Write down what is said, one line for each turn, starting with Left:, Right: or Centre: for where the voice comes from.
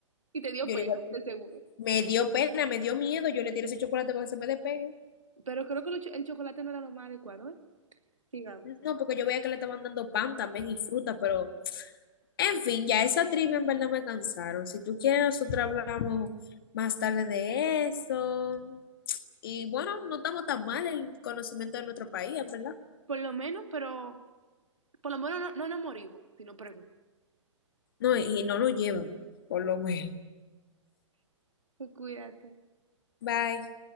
Right: Y te dio
Left: Yo
Right: pena,
Left: le digo a ti,
Right: de seguro.
Left: me dio pena, me dio miedo, yo le tiré ese chocolate para que se me despegue.
Right: Pero creo que lo cho- el chocolate no era lo más adecuado, ¿eh? Digamos.
Left: No, porque yo veía que le estaban dando pan también y fruta, pero en fin, ya esa trivia en verdad me cansaron. Si tú quieres, nosotros hablamos más tarde de eso. Y bueno, no estamos tan mal el conocimiento de nuestro país, en verdad.
Right: Por lo menos, pero por lo menos no, no nos morimos, si no pregunto.
Left: No, y no lo llevan, por lo menos.
Right: Pues Cuídate.
Left: Bye.